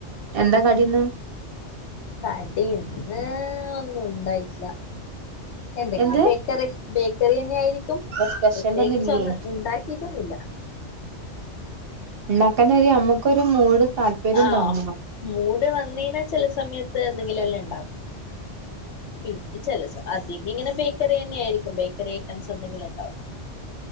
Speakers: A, on the right; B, on the left.
A: എന്താ കടിന്ന്
B: കാടി ന്ന് ഒന്നും ഉണ്ടായിട്ടില്ല എന്തെങ്കിലും
A: എന്ത്
B: ബേക്കറി ബേക്കറി തന്നെയ ആയിരിക്കും
A: അപ്പൊ സ്പെഷ്യലൊന്നും
B: പ്രത്യേകിച്ചൊന്നും
A: ഇല്ലേ
B: ഉണ്ടാക്കിട്ടൊന്നില്ല
A: ഉണ്ടാക്കാൻ ഒരു നമ്മുക്കൊരു മൂട് താല്പര്യം
B: ആഹ
A: തോന്നണം
B: മൂട് വന്ന് യിഞ്ഞാ ചില സമയത്ത് എന്തെങ്കിലും എല്ലാം ഉണ്ടാക്കും പിന്നെ ചല അ <unintelligible> തിക്കിങ്ങനെ ബേക്കറിന്നെ ആയിരിക്കും ബേക്കറി ഐറ്റംസ് എന്തെങ്കിലും ഉണ്ടാവും